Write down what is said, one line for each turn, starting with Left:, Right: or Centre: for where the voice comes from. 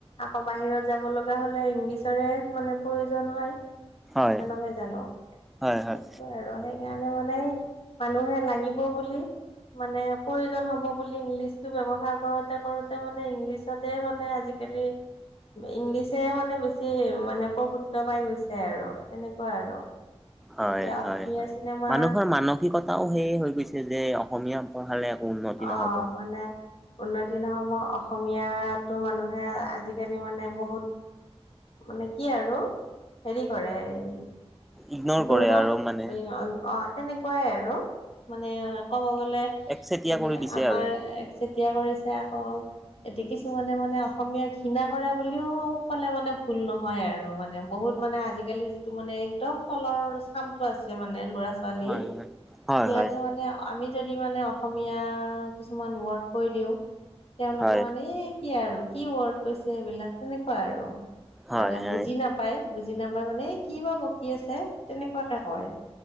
Left: আকৌ বাহিৰত যাব লগা হলে ইংলিছৰে মানে প্ৰয়োজন হয়।
Centre: হয়
Left: এ নহয় জানো? সেইটোয়ে
Centre: হয় হয়
Left: আৰু সেই সেইকাৰণে মানে মানুহে লাগিব বুলি মানে প্ৰয়োজন হ'ব বুলি ইংলিছটো ব্যৱহাৰ কৰোতে কৰোতে মানে ইংলিছ ছতে মানে আজিকালি ইংলিছে মানে বেছি মানে প্ৰভুত পাই গৈছে আৰু। তেনেকুৱা আৰু
Centre: হয়
Left: এতিয়া অসমীয়া
Centre: হয় হয়
Left: চিনেমা
Centre: মানুহৰ <unintelligible> সেয়ে হৈ গৈছে যে অসমীয়া পঢ়ালে একো উন্নতি নহ'ব।
Left: অ মানে উন্নতি নহব অসমীয়াটো মানুহে আজিকালি মানে বহুত মানে কি আৰু হেৰি কৰে এই
Centre: ইগনৰ
Left: দুৰ্বল
Centre: কৰে আৰু মানে
Left: অ তেনেকুৱাই আৰু মানে ক'ব গলে
Centre: একচেতিয়া
Left: মানে
Centre: কৰি দিছে
Left: আমাৰ
Centre: আৰু।
Left: একচেতিয়া কৰিছে আকৌ এতিয়া কিছুমানে মানে অসমীয়া ঘৃণা কৰে বুলিও ক'লে মানে ভুল নহয় আৰু মানে বহুত মানে আজিকালি যিটো মানে একদম তলৰ চামটো আছে মানে ল'ৰা- ছোৱা ৱালী
Centre: হয় হয়। হয়
Left: সিহঁতে
Centre: হয়
Left: মানে আমি যদি মানে অসমীয়া কিছুমান ৱৰ্ড কৈ দিওঁ তেওঁলোকে
Centre: হয়
Left: মানে, এই কি আৰু কি ৱৰ্ড কৈছে এইবিলাক সেনেকুৱা আৰু
Centre: হয়
Left: মানে
Centre: হয়
Left: বুজি নাপ পাই বুজি নাপায় মানে এই কিবা বকি আছে তেনেকুৱাকে কয়